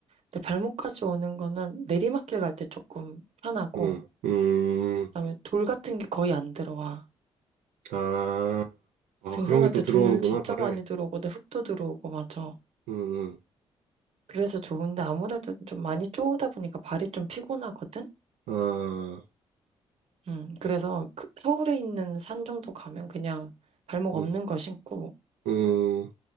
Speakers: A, on the right (about 55°); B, on the right (about 85°).
A: 근데 발목까지 오는 거는 내리막길 갈 때 조금 편하고,
B: 응, 음,
A: 그다음에 돌 같은 게 거의 안 들어와.
B: 아, 아,
A: 등산할
B: 그런 게
A: 때
B: 또 들어오는구나,
A: 돌 진짜
B: 발에.
A: 많이 들어오거든. 흙도 들어오고, 맞아.
B: 응,
A: 그래서 좋은데 아무래도 좀 많이 쪼다 보니까 발이 좀 피곤하거든?
B: 응, 아,
A: 음, 그래서 그 서울에 있는 산 정도 가면 그냥 발목
B: 응,
A: 없는 거 신고,
B: 응,